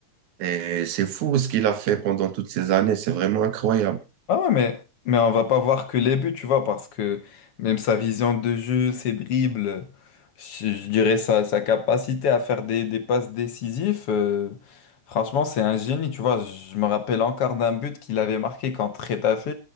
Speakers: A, on the right; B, on the left.
A: Et c'est fou ce qu'il a fait pendant toutes ces années. C'est vraiment incroyable.
B: Ah ouais, mais, mais on va pas voir que les buts, tu vois, parce que même sa vision de jeu, ses dribbles, je, je dirais sa, sa capacité à faire des, des passes décisives, euh, franchement, c'est un génie, tu vois. Je me rappelle encore d'un but qu'il avait marqué contre Getafe